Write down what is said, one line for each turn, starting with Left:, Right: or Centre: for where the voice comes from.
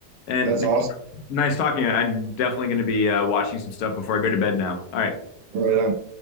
Left: And
Right: That's awesome.
Left: Nice talking. I'm definitely going to be uh, watching some stuff before I go to bed now. All right.
Right: Right on.